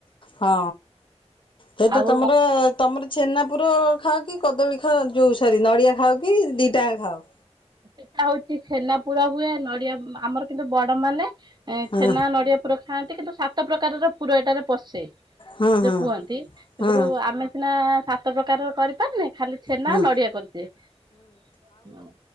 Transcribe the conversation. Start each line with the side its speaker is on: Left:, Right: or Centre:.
Left: ହଁ ଥେଇତ
Right: ଆଉ
Left: ତମର ତମର ଛେନା ପୁର ଖାଅ କି କଦଳୀ ଖାଅ ଯୋଉ ସରି ନଡ଼ିଆ ଖାଅ କି ଦିଟା ଯାକ ଖାଅ?
Right: ସେଟା ହଉଛି ଛେନା ପୁର ହୁଏ ନଡ଼ିଆ ମା। ଆମର କିନ୍ତୁ ବଡ ମାନେ
Left: ହଁ
Right: ଛେନା, ନଡିଆ ପୁର ଖାଆନ୍ କିନ୍ତୁ ସାତ ପ୍ରକାରର ପୁର ଏଟାରେ ପଶେ।
Left: ହଁ ହଁ
Right: ଯଉ କୁହନ୍ତି ସେଥିରୁ
Left: ହଁ
Right: ଆମେ ସିନା ସାତ ପ୍ରକାରର କରିପାରୁନେ? ଖାଲି ଛେନା
Left: ହଁ
Right: ନଡ଼ିଆ କରିଚେ ହୁଁ।